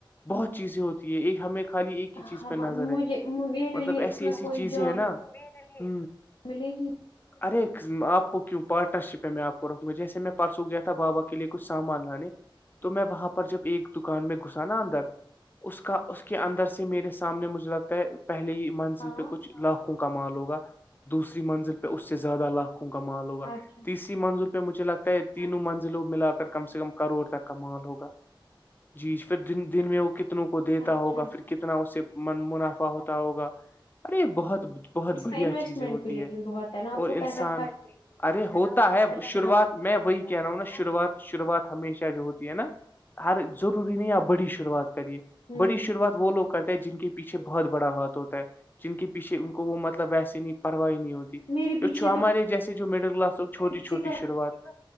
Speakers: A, on the left; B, on the left.
A: بہت چیزیں ہوتی ہے ایک ہمیں خالی ایک ہی
B: ہاں
A: چیز پہ نظر
B: ہاں
A: ہے
B: مجھے میرے
A: مطلب
B: لیے
A: ایسی
B: اس میں
A: ایسی
B: کوئی
A: چیزیں
B: جاب
A: ہے نا ہ
B: ملے گی
A: ار ایک آ کو کیوں پارٹنر شپ ہے میں آپ کو رکھوں گا جیسے میں پرسوں گیا تھا بابا کے لیے کھ سامان لانے تو میں وہاں پر جب ایک دکان میں گھسا نا اندر اس کا اس کے اندر سے میرے سامنے مجھے لگتا ہے پہلے ہی منزل
B: ہاں
A: پہ کچھ لاکھوں کا مال ہوگا دوسری منزل پہ اس سے زیادہ لاکھ کا مال ہوگا
B: اچھا
A: تیسری منزل پہ مجھے لگتا ہے تینوں منزلوں ملا کر کم سے کم کروڑ تک کا مال ہوگا جی پھرن دن میں کتنوں کو دیتا
B: اچھا
A: ہوگا پھر کتنا اس سے من منافع ہوتا ہوگا ارے یہ بہت بہت
B: اس
A: بڑھیا
B: میں انویسٹمنٹ
A: چیزیں ہوتی
B: بھی لیکن
A: ہے
B: بہت ہے نا آپ
A: اور
B: کو
A: انسان
B: پیسہ
A: ارے ہوتا ہے
B: خرچ
A: شروعات
B: بھی بہت
A: میں وہی کہہ رہا ہوں نا شروعات شروعات ہمیشہ جو ہوتی ہے نا ہر ضروری نہیں یا بڑی ش شروعات کریے
B: ہوں
A: بڑی شروعات وہ لوگ کرتے ہیں جن کی پیچھے بہت بڑا ہاتھ ہوتا ہے جن کے پیچھے ان کو وہ مطلب ویسے نہیں پرواہ نہیں ہوتی
B: میرے
A: جو
B: پیچھے
A: ہمارے
B: تو
A: جیسے جو مڈل کلاس چھوٹی چھوٹی
B: کسی کا
A: شروعات